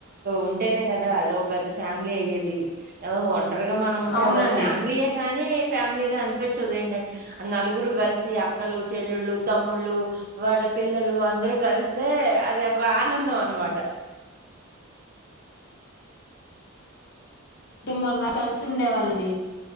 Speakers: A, on the right; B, on the left.
A: ఉంటేనే కదా అదో పెద్ద ఫ్యామిలీ అయ్యేది. టరు గా మనం ఉంటే
B: అవునండి
A: అదో ఫ్యామిలీ యేగాని ఫ్యామిలీగానిపించదు ఏంటంటే, నలుగురు కల్స్ తీ అక్కలు, చెల్లెళ్ళు, తమ్ముళ్ళు వాళ్ళ పిల్లలు అందరూ కలిస్తే అది ఒక ఆనందం అనమాట.
B: కుటుంబంలో కలిసి ఉండేవాళ్ళండి